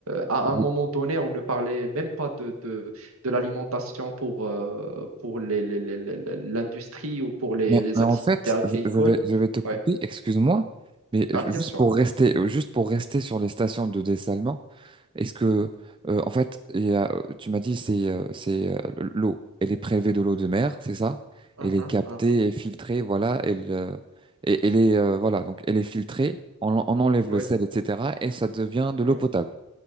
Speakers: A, on the right; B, on the right.
A: à
B: Oui.
A: un moment donné, on ne parlait même pas de, de, de l'alimentation pour, euh, pour les, les- les- les- les- l'industrie ou pour les,
B: Mais,
A: les
B: mais
A: activités
B: en fait,
A: agricoles.
B: je je vais, je vais te couper,
A: Ouais.
B: excuse-moi, mais je-
A: Ah, bien
B: juste
A: sûr.
B: pour rester,
A: Vas-y.
B: euh, juste pour rester sur les stations de dessalement, est-ce que, euh, en fait, il y a, euh, tu m'as dit, c'est, euh, c'est euh, l'eau, elle est prélevée de l'eau de mer, c'est ça?
A: Mhm,
B: Elle est captée
A: mhm.
B: et filtrée, voilà, elle, euh, et- elle est, euh, voilà, donc elle est filtrée, on, en- on enlève
A: Ouais,
B: le sel, etc., et ça devient de
A: ouais.
B: l'eau potable.